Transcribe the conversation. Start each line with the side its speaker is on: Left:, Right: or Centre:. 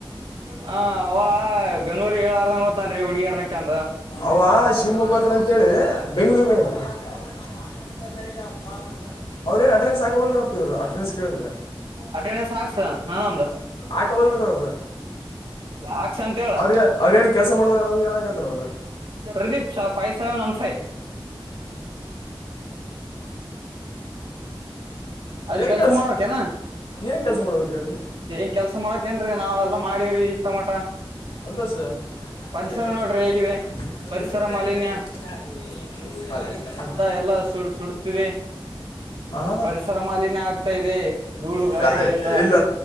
Right: ಹ ಅವ ಬೆಂಗ್ಳೂರಿಗೆ ಹೇಳಾರ್ದಂಗೆ ಹೋಗ್ತಾಂನ್ರಿ ಹುಡ್ಗಿರ್ಣಕ್ಯಂದು.
Left: ಅವ ಶಿವಮೊಗ್ಗ ಹತ್ರ ಅಂತೇಳಿ ಬೆಂಗಳೂರ್ಗ ಹೋಗ್ಯಾಂರಿ. <unintelligible> ಅವ್ರೇನ್ ಅಡ್ರೆನ್ಸ್ ಆಗವಲ್ರಪ್ಪ ಇವ್ರು. ಅಟೆಂಡೆನ್ಸ್ ಕೇಳಿದ್ರೆ
Right: ಅಟೆಂಡೆನ್ಸ್ ಸಾಕ್ಸ ನಂದ್ ಒಂದ್.
Left: ಹಾಕೋವಲ್ರಿ ಅವ್ರು
Right: ಹಾಕ್ಸ್ ಅಂತ ಹೇಳ್.
Left: ಅವ್ರಿಗೆ ಅವ್ರೇನು ಕೆಲಸ ಮಾಡೋರು ಅವ್ರು ಏನಾಗತ್ತಾರ ಅವ್ರು
Right: Pradeep five seven one five. ಅಲ್ಲಿ
Left: ಏನು
Right: ಕೆಲ್ಸ
Left: ಕೆಲಸ
Right: ಮಾಡಬೇಕೆನ.
Left: ಏನು ಕೆಲಸ ಮಾಡ್ಬೇಕ್ರಿ ಅದು
Right: ಏನ್ ಕೆಲ್ಸ ಮಾಡಕೇನ್ರಿ ನಾವ ಎಲ್ಲಾ ಮಾಡಿವ್ರಿ ಇಷ್ಟ ಮಟ.
Left: ಅಂತಸ
Right: ಪರಿಸರ
Left: <inaudible>
Right: ನೋಡ್ರಿ ಹೇಗಿದೆ ಪರಿಸರ ಮಾಲಿನ್ಯ ಎಲ್ಲ ಸು ಸುಡತಿದೆ
Left: ಹಾಂ
Right: ಪರಿಸರ ಮಾಲಿನ್ಯ ಆಗ್ತಾ ಇದೆ. ಧೂಳು
Left: <unintelligible>
Right: ಗಾಳಿಗಳಿಂದ
Left: ಇಲ್ಲ